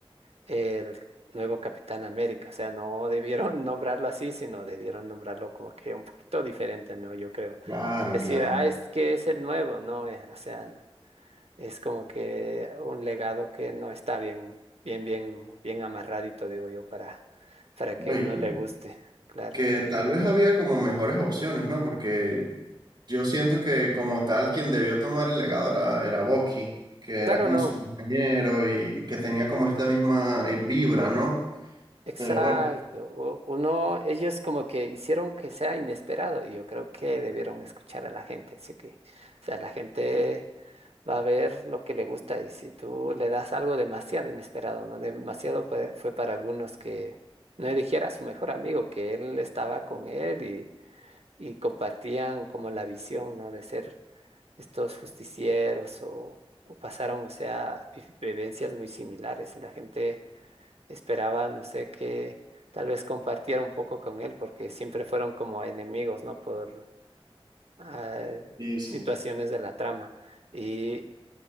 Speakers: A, on the right; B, on the right.
A: el nuevo Capitán América. O sea, no debieron <laughs> nombrarlo así, sino debieron nombrarlo como que un poquito diferente, ¿no? Yo creo.
B: Claro,
A: Decir,
B: claro.
A: ah, es que es el nuevo, ¿no? eh, O sea. Es como que un legado que no está bien, bien, bien, bien amarradito, digo yo, para, para
B: No,
A: que
B: y
A: uno
B: que,
A: le guste, claro.
B: que tal vez había como mejores opciones, ¿no? Porque yo siento que como tal quien debió tomar el legado era, era Bucky, que era
A: Claro,
B: como
A: no,
B: su compañero y, y que tenía como esta misma eh, vibra, ¿no?
A: exacto.
B: Pero bueno,
A: u- Uno, ellos como que hicieron que sea inesperado y yo creo que debieron escuchar a la gente, así que, o sea, la gente va a ver lo que le gusta y si tú le das algo demasiado inesperado, ¿no? Demasiado fue, fue para algunos que no eligiera a su mejor amigo, que él estaba con él y y compartían como la visión, ¿no? De ser estos justicieros o, o pasaron, o sea, vi- vivencias muy similares y la gente esperaba, no sé, que tal vez compartiera un poco con él porque siempre fueron como enemigos, ¿no? Por ah,
B: sí, sí.
A: situaciones de la trama y,